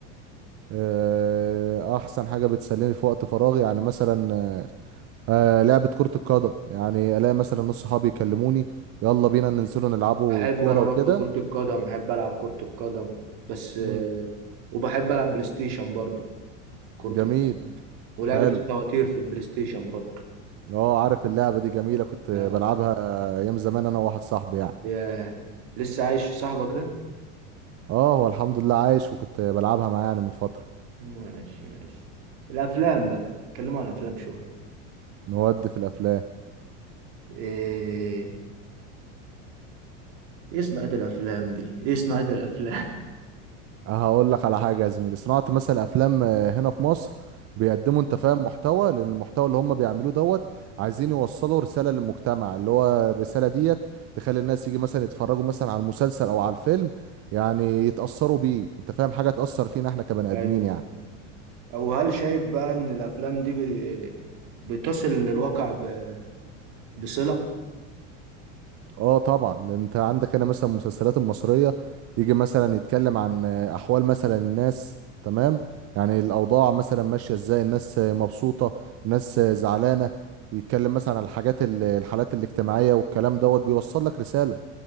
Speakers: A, on the right; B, on the right.
A: آه، احسن حاجة بتسليني في وقت فراغي يعني مثلا آه، آه، لعبة كرة القدم يعني الاقي مثلا نص صحابي يكلموني يلا بينا ننزلوا نلعبوا
B: بحب
A: كورة
B: انا
A: وكده
B: برضو كرة القدم بحب العب كرة القدم بس آه،
A: مم،
B: وبحب العب بلاي ستيشن برضو كرة
A: جميل
B: القدم ولعبة
A: حلو
B: الفواتير في البلاي ستيشن برضو
A: اه عارف اللعبة دي جميلة كنت
B: نعم
A: بلعبها ايام زمان انا وواحد صاحبي يعني
B: يا لسه عايش صاحبك ده
A: اه هو الحمد لله عايش وكنت بلعبها معاه يعني من فترة
B: ماشي ماشي الافلام بقى اتكلموا عن الافلام شوية
A: نود في الافلام
B: ايه ايه صناعة الافلام دي ايه صناعة الافلام
A: أه، هقول لك على حاجة يا زميلي صناعة مثلا افلام آه، هنا في مصر بيقدموا انت فاهم محتوى لان المحتوى اللي هم بيعملوه دوت عايزين يوصلوا رسالة للمجتمع اللي هو الرسالة ديت تخلي الناس يجي مثلا يتفرجوا مثلا على المسلسل او على الفيلم يعني يتأثروا بيه انت فاهم حاجة تأثر فينا احنا
B: <laughs>
A: كبني
B: ايوه
A: ادمين يعني
B: او هل شايف بقى ان الافلام دي ب- بتصل للواقع ب- بصلة
A: اه طبعا لان انت عندك هنا مثلا المسلسلات المصريه يجي مثلا يتكلم عن آه، احوال مثلا الناس تمام يعني الاوضاع مثلا ماشيه ازاي الناس آه، مبسوطه الناس آه، زعلانه يتكلم مثلا عن الحاجات ال- الحالات الاجتماعيه والكلام دوت بيوصل لك رساله